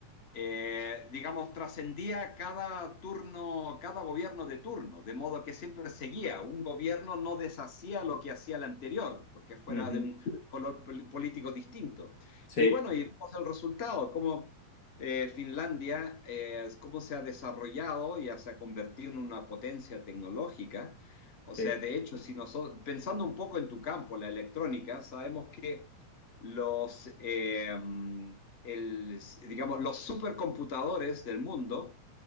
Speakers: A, on the left; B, on the left.
A: eh, digamos, trascendía cada turno, cada gobierno de turno, de modo que siempre seguía. Un gobierno no deshacía lo que hacía el anterior, porque fuera
B: ujú.
A: de un color político distinto.
B: Sí,
A: Y bueno, y vemos el resultado, cómo eh, Finlandia, eh, cómo se ha desarrollado y se ha convertido en una potencia tecnológica. O sea,
B: sí,
A: de hecho, si nosotros, pensando un poco en tu campo, la electrónica, sabemos que los, eh, el- digamos, los supercomputadores del mundo